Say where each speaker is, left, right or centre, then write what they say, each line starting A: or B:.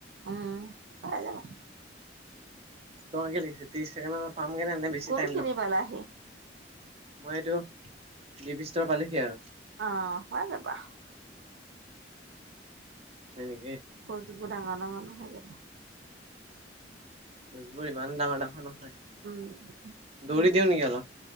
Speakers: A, on the right; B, on the right.
A: উম, পাই যাবা।
B: তোমাক কি লাগিছে ত্ৰিশ ছেকেণ্ড পাম গে নে বেছি
A: কোনখিনি
B: টাইম লগাম
A: পালাহি?
B: মই এইটো, ডপিষ্টৰ পালোহি আৰু
A: অঁ পাই যাবা
B: তেনেকে
A: খোজবোৰ ডাঙৰ ডাঙৰ নহয় জনো
B: খোজবোৰ ইমানো ডাঙৰ ডাঙৰ নহয়
A: উম,
B: দৌৰি
A: উম
B: দিওঁ নেকি অলপ